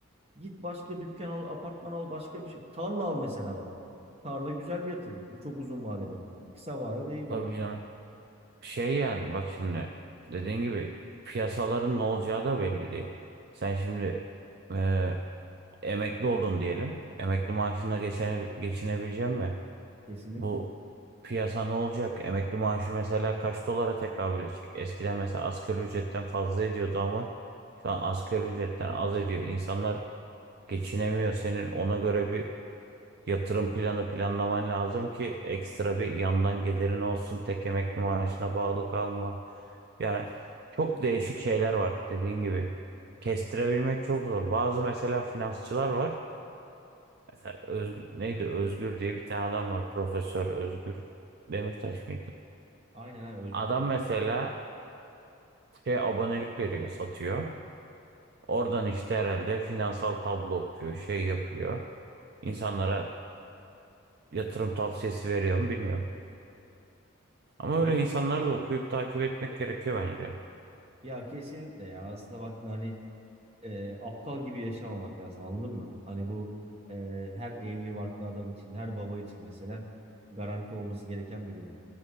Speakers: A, on the right (about 30°); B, on the right (about 50°).
A: Git başka dükkan al, apartman al, başka bir şey. Tarla al mesela bak. Tarla güzel bir yatırım. Bu çok uzun vadede. Kısa vadede değil belki.
B: tabii canım. Şey yani bak şimdi dediğin gibi piyasaların ne olacağı da belli değil. Sen şimdi e, emekli oldun diyelim. Emekli maaşına geçene, geçinebilecek mi?
A: Kesinlikle.
B: Bu piyasa ne olacak? Emekli maaşı mesela kaç dolara tekabül edecek? Eskiden mesela asgari ücretten fazla ediyordu ama şu an asgari ücretten az ediyor. İnsanlar geçinemiyor. Senin ona göre bir Yatırım planı planlaman lazım ki ekstra bir yandan gelirin olsun. Tek emekli maaşına bağlı kalma. Yani çok değişik şeyler var dediğin gibi. Kestirebilmek çok zor. Bazı mesela finansçılar var. Mesela Özgür, neydi Özgür diye bir tane adam var. Profesör Özgür Demirtaş mıydı?
A: Aynen aynen özgür.
B: Adam mesela şey abonelik veriyor, satıyor. Oradan işte herhalde finansal tablo okuyor, şey yapıyor. İnsanlara yatırım tavsiyesi veriyor mu bilmiyorum. Ama
A: Genelde
B: öyle insanları da okuyup takip etmek gerekiyor bence.
A: ya kesinlikle ya aslında baktın hani e, aptal gibi yaşamamak lazım anladın mı? Hani bu e, her evli barklı adam için, her baba için mesela garanti olması gereken bir durum.